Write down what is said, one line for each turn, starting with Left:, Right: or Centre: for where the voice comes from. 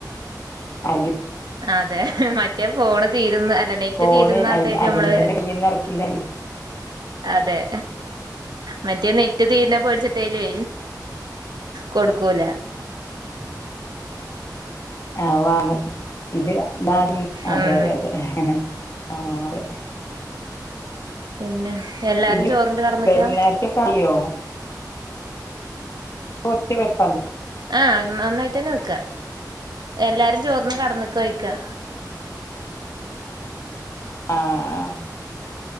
Left: ആണെങ്കി
Right: അതെ മറ്റേ ഫോണ് തീരുന്ന അല്ല നെറ്റ്
Left: ഫോണ്
Right: തീരുന്നടേല്മ്മള്
Left: അയിൽ അല്ലെങ്കിൽ തന്നെ കയ്യിന്ന് ഇറക്കില്ല
Right: അതെ മറ്റേ നെറ്റ് തീര്ന്നെ പേടിച്ചിട്ടേലോ കൊടുക്കൂല
Left: <inaudible> ആ വാങ്ങും ഇതെ മങ്ങി അതെ
Right: ഉം
Left: അതെ അതെ എ ഹെ എ ആ അതെ
Right: പിന്നെ എല്ലാരും
Left: ഇനി
Right: ചോറ് ഇണ്ട് കിട്ന്നക്ക
Left: വൈകുന്നേരത്തൊക്കെ ആയോ ഒക്കെ വെക്ക്
Right: ആ നന്നായിട്ടെന്നെ വെക്ക എല്ലാരും ചോറ്ന്ന് കട്ന്നക്ക ഓയ്ക്ക
Left: ആ ആ